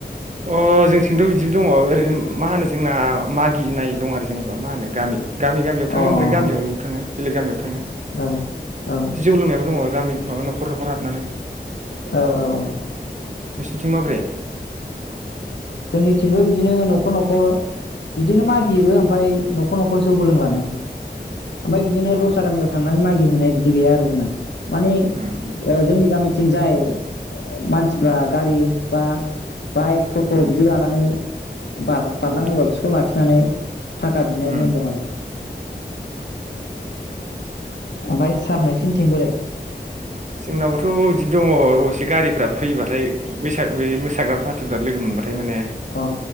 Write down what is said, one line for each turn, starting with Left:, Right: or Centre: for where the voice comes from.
Right: अ जोंथिंथ बिदिबो दङ ओरै होन मा होनो जोंना मागिनाय दं आरो जेनेबा मा होनो गामि गामि गामियाव थाङो
Left: अ
Right: ओमफ्राय
Left: अ
Right: गामियावलबो
Left: अ
Right: थाङो बेलेग गामियावबो थाङो।
Left: औ औ
Right: जौ लोंनायाबो दङ गामि माबा नखर नखर हाब
Left: औ औ औ
Right: बिथिं माब्रै?
Left: जोंनिथिंबो बिदिनो नखर नखर बिदिनो
Right: उम
Left: मागियोबो ओमफाय नखर नखर जौबो लोंलाङो। ओमफ्राय बिदिनो
Right: अ
Left: दस्रा गामियाव थांनानै मागि हैनाय बिदि गैया आरो जोंना माने
Right: उम
Left: ओ जोंनि गामि थिंजाय मानसिफ्रा गारि बा बाइक अ
Right: उम
Left: बिदि लानानै बार-बारलाङोबा
Right: उम
Left: बिसोरखौ लाखिनानै थाखा बिनाय
Right: उम
Left: नेम दं आरो ओमफाय सार नोंसिनिथिं बोरै?
Right: जोंनावबोथ' बिदि दङ अबसे गारिफोरा फैयोबाथाय बैसाग बे मोसाग्रा फार्टिफ्रा लोगो मोनबा <unintelligible> थाय माने
Left: अ